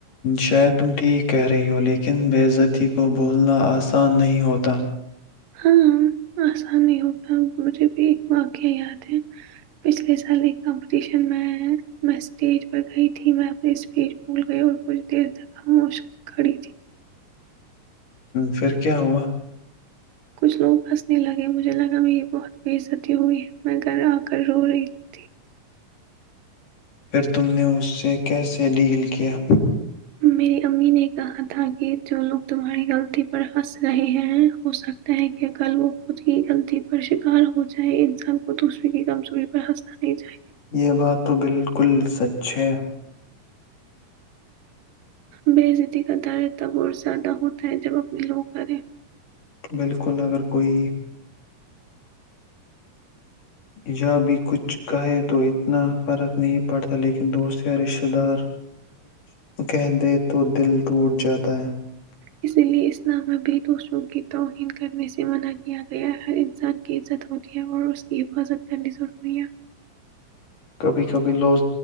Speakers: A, on the left; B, on the right.
A: شاید تم ٹھیک کہہ رہی ہو لیکن بےزتی کو بولنا آسان نہیں ہوتا
B: ہاں آسان نہیں ہوتا مجھے بھی ایک واقعہ یاد ہے پچھلے سال ایک کمپٹیشن میں میں اسٹیج پر گئی تھی میں اپنی اسپیچ بھول گئی اور کچھ دیر تک ہموش کھڑی تھی
A: پھر کیا ہوا
B: کچھ لوگ ہنسنے لگے مجھے لگا میں یہ بہت بےزتی ہوئی ہے میں گھر آ کر رو رہی تھی
A: پھر تم نے اس سے کیسے ڈیل کیا؟
B: میری امی نے کہا تھا کہ جو لوگ تمہاری غلطی پر ہنس رہے ہیں ہو سکتا ہے کہ ا کل وہ خود کی غلطی پر شکار ہو چاہے انسان کو دوسرے کم چوری پر ہنسنا نہیں چاہیے
A: یہ بات تو بالکل سچ ہے
B: بےعزتی کا دارے تب اور زیادہ ہوتا ہے جب اپنے لوگوں کریں
A: بالکل اگر کوئی جو ابھی کچھ کھائیں تو اتنا غلط نہیں پڑتا لیکن دوست یار رشتہ دار کہتے ہیں تو دل ٹوٹ جاتا ہے
B: اسی لئے اسلام ا بھی دوسروں کی توہین کرنے سے منع کیا گیا ہر انسان کی عزت ہوتی ہے اور اس کی حفاظت کرنی ضروری ہے
A: کبھی کبھی لوز